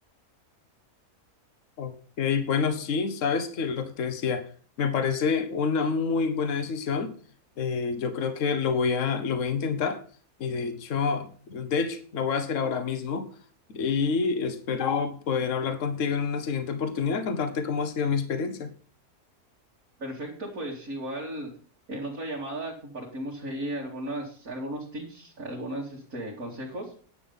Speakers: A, on the left; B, on the right.
A: Ok, bueno, sí, sabes que lo que te decía, me parece una muy buena decisión. Eh, yo creo que lo voy a, lo voy a intentar y de hecho, de hecho, lo voy a hacer ahora mismo y espero poder hablar contigo en una siguiente oportunidad, contarte cómo ha sido mi experiencia.
B: Perfecto, pues igual en otra llamada compartimos ahí algunas, algunos tips, algunos este, consejos